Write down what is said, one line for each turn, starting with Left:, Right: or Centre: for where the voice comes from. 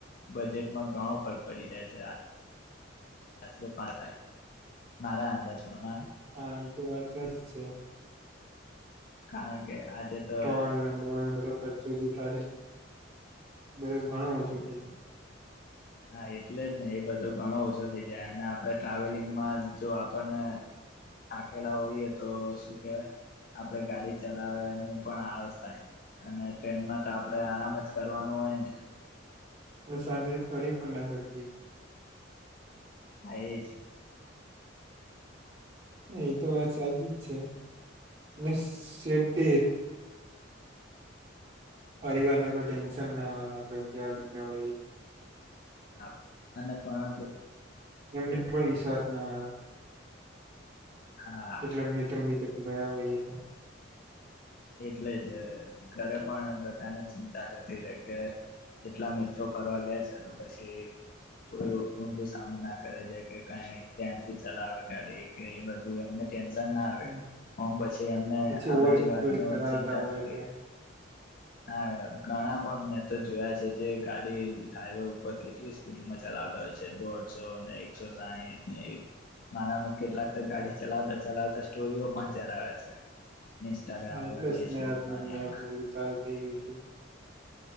Left: બજેટમાં ઘણો ફરક પડી જાય છે. શસ્ત્ર પાર થાય, મારા અંદાજ પ્રમાણે.
Right: હા એ તો વાત સાચી જ છે.
Left: કારણ કે આજે તો
Right: ટોલ ને બોલને બધું ખર્ચી દી તાર બધ, ઘણો ઓછો થઇ ગ.
Left: હા એટલે જ ને એ બધો ઘણો ઓછો થઈ જાય અને આપણે ટ્રાવેલિંગમાં જો આપણને, થાકેલા હોઈએ તો શું કેહેવાય, આપણે ગાડી ચલાવાની પણ આળસ થાય, અને ટ્રેનમાં તો આપણે આરામ જ કરવાનું હોય ને.
Right: અને શાંતિથી ફરી પણ ના શકી.
Left: એ જ.
Right: એ તો વાત સાચી જ છે, અને સેફ્ટી પરિવારને કોઈ ટેન્શન ના હોય આપણેગ્યા હોએ.
Left: હ અને પા તો
Right: એમને પણ વિશ્વાસ ના આવે.
Left: હા
Right: એકલા મિત્રો મિત્રો ગયા હોઈએ તો.
Left: એટલે જ ઘરે પણ બધાને ચિંતા થતી રે કે એટલા મિત્રો ફરવા ગયા છે તો પછી કોઈુ ઊંધું સામું ના કરી દે કે કઈ ત્યાંથી ચલાવે ગાડી કે એ બધું એમને ના આવે
Right: હમ.
Left: પછી એમને
Right: પછી
Left: આ બધી
Right: ઓવર
Left: વાત
Right: સ્પીડ
Left: બ
Right: ચલાવતા
Left: ચિંતા
Right: હોય
Left: થતી
Right: એટલે
Left: હા ઘણા પણ મેં તો જોયા છે જે ગાડી હાઈવે ઉપર કેટલી સ્પીડમાં ચલાવતા હોય છે દોઢસો અને એકસો સાહીઠનેવી મારામાં કેટલાક ગાડી ચલાવતા ચલાવતા સ્ટોરીઓ પણ ચડાવે છે. ઇન્સ્ટાગ્રામમાં
Right: હા એટલે
Left: ફેસબુકમાં
Right: સનેપ
Left: ને
Right: મે
Left: એમાં
Right: બધું ચાલુ થઇ ગયું છે